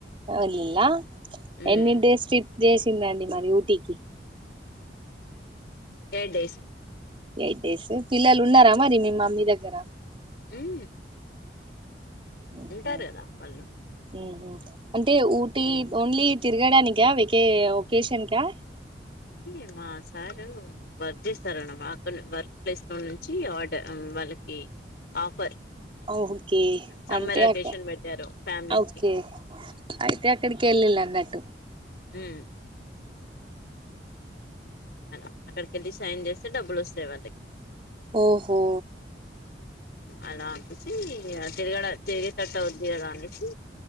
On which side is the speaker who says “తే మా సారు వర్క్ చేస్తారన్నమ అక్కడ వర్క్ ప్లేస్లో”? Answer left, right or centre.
Left